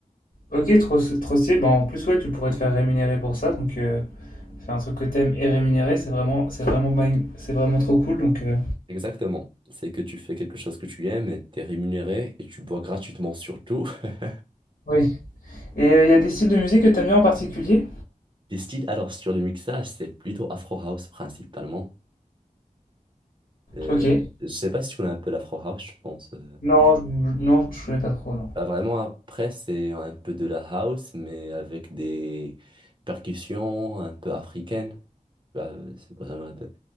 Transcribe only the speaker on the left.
Ok, trop, trop stylé. Bah, en plus, ouais, tu pourrais te faire rémunérer pour ça. Donc, euh, faire un truc que t'aimes et rémunérer, c'est vraiment, c'est vraiment, bang- c'est vraiment trop cool. Donc, euh,
oui. Et il y a des styles de musique que t'aimes bien en particulier?
Ok.
Non, je, non, je connais pas trop, non.